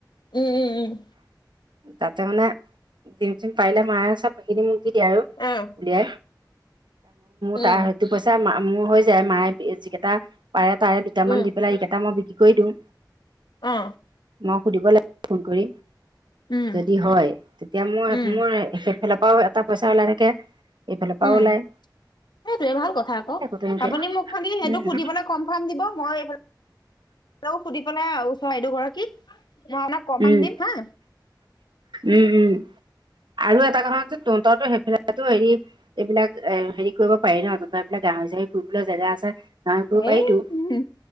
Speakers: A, on the left; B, on the right.
A: উম, উম, উম।
B: তাতে মানে ডিম-চিম পাৰিলে <unintelligible> বাকীখিনি মোক দি দিয়ে আৰু।
A: উম।
B: <unintelligible> মোৰ হৈ
A: উম
B: যায়, মায়ে যিকেইটা পাৰে তাৰে দুটামান
A: উম
B: দি পেলাই এইকেইটা মই বিক্ৰী কৰি দিওঁ।
A: অ।
B: মই সুধিব লাগিব ফোন কৰি।
A: উম
B: যদি হয় এতিয়া মোৰ-মোৰ
A: উম
B: সেইফালৰ পৰাও এটা পইচা ওলাই থাকে, এইফালৰ পৰাও
A: উম
B: ওলায়।
A: সেইটোৱে, ভাল কথা আকৌ।
B: তেনেকে
A: আপুনি মোক খালি সেইটো
B: উম
A: সুধিব পেলাই কনফাৰ্ম দিব, মই <unintelligible> সুধি পেলাই ওচৰ বাইদেউ গৰাকীক মই আপোনাক কনফাৰ্ম
B: উম
A: দিম হা।
B: উম, উম, আৰু এটা কথা শুন চোন, তঁহতৰতো হেফালেতো হেৰি এইবিলাক এ হেৰি কৰিব পাৰি ন, তহঁতৰ এইফালে গাহৰি-চাহৰি পুহিবলৈ জেগা আছে। গাহৰি পুহিব
A: হেই,
B: পাৰিতো
A: উম,